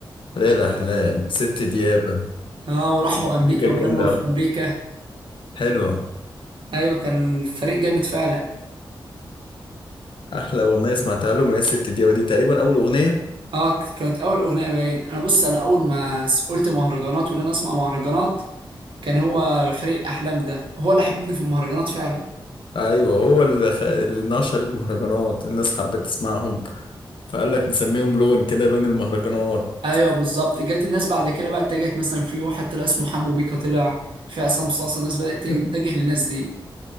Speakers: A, on the left (about 70°); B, on the right (about 70°).
A: ليلة أحلام ست ديابة
B: اه وراحوا
A: الموسيقى
B: امريكا
A: كانت
B: وغنوا
A: جامدة
B: في
A: أوي
B: امريكا
A: حلوة
B: ايوه كان فريق جامد فعلا
A: احلى اغنيه سمعتها لهم هي الست دي دي تقريبا اول اغنيه
B: اه ك- كانت اول اغنيه باين انا بص انا اول ما س- قلت مهرجانات ولا انا اسمع مهرجانات كان هو فريق الاحلام ده هو اللي حببني في المهرجانات فعلا
A: ايوه هو اللي خ- اللي نشر المهرجانات الناس حبت تسمعهم فقال لك نسميهم لون كده لون المهرجانات
B: ايوه بالظبط جت الناس بعد كده بقى اتجهت مثلا في واحد طلع اسمه حمو بيكا طلع في عصام صاصا الناس بدأت تتجه
A: <laughs>
B: للناس دي